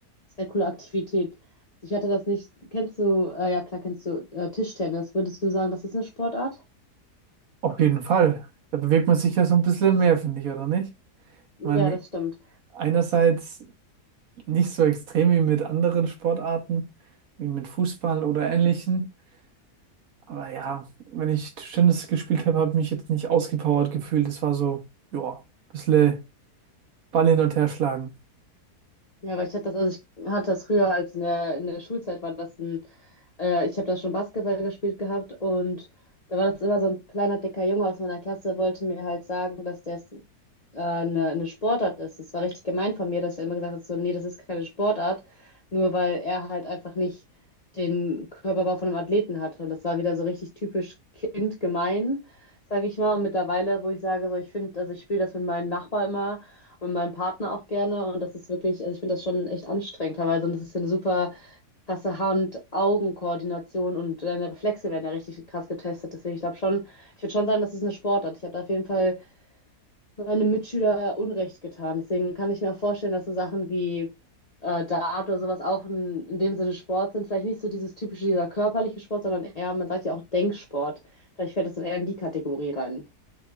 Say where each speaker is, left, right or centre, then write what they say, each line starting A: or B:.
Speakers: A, on the left; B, on the right.
A: sehr coole Aktivität. Ich hatte das nicht, kennst du, äh, ja klar, kennst du äh, Tischtennis. Würdest du sagen, das ist eine Sportart?
B: Auf jeden Fall. Da bewegt man sich ja so ein bisschen mehr, finde ich, oder nicht? Ich meine,
A: Ja, das stimmt.
B: einerseits Nicht so extrem wie mit anderen Sportarten, wie mit Fußball oder ähnlichen. Aber ja, wenn ich Tischtennis gespielt habe, habe ich mich jetzt nicht ausgepowert gefühlt. Es war so, ja, ein bisschen Ball hin und her schlagen.
A: Ja, aber ich hatte das, also ich hatte das früher als in der, in der Schulzeit war das ein, äh, ich habe da schon Basketball gespielt gehabt und da war das immer so ein kleiner, dicker Junge aus meiner Klasse, wollte mir halt sagen, dass das äh, eine, eine Sportart ist. Das war richtig gemein von mir, dass er immer gesagt hat, so, nee, das ist keine Sportart, nur weil er halt einfach nicht den Körperbau von einem Athleten hatte. Und das war wieder so richtig typisch kindgemein, sage ich mal. Und mittlerweile, wo ich sage, so, ich finde, also ich spiele das mit meinen Nachbarn immer und meinem Partner auch gerne. Und das ist wirklich, also ich finde das schon echt anstrengend teilweise. Und das ist ja eine super krasse Hand-Augen-Koordination und deine Reflexe werden ja richtig krass getestet. Deswegen, ich glaube schon, ich würde schon sagen, das ist eine Sportart. Ich habe da auf jeden Fall meinem Mitschüler Unrecht getan. Deswegen kann ich mir auch vorstellen, dass so Sachen wie äh, Dart oder sowas auch in, in dem Sinne Sport sind. Vielleicht nicht so dieses typische, dieser körperliche Sport, sondern eher, man sagt ja auch Denksport. Vielleicht fällt das dann eher in die Kategorie rein.